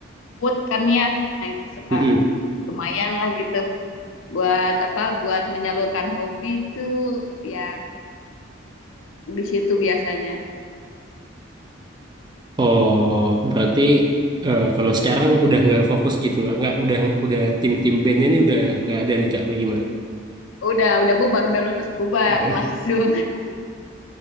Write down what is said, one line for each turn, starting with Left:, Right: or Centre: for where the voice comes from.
Left: food kan ya. Nah, itu suka
Right: Mm-mm.
Left: lumayan lah gitu buat apa, buat menyalurkan hobi itu ya di situ biasanya.
Right: Oh, berarti eh, kalau sekarang udah nggak fokus gitu, nggak udah udah tim-tim bandnya nih udah nggak ada nih kak, bagaimana?
Left: Udah udah bubar, udah lulus bubar
Right: Oh,
Left: langsung. <laughs>